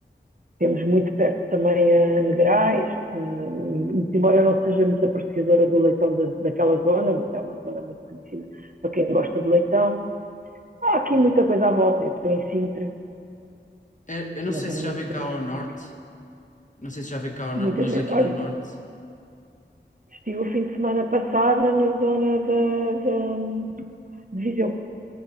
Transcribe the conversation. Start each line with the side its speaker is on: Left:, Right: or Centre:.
Right: Temos muito perto também a Negrais, uh, embora eu não seja muito apreciadora do leitão da, daquela zona, mas é uma zona muito conhecida para quem gosta de leitão. Há aqui muita coisa à volta. Eu estou em Sintra,
Left: Eh, Eu não
Right: é uma
Left: sei
Right: zona
Left: se já
Right: muito
Left: veio
Right: turística.
Left: cá ao norte, não sei se já veio cá ao
Right: Muitas
Left: norte, mas
Right: vezes,
Left: aqui
Right: olha,
Left: no norte,
Right: estive o fim de semana passada na zona da, da, de Viseu,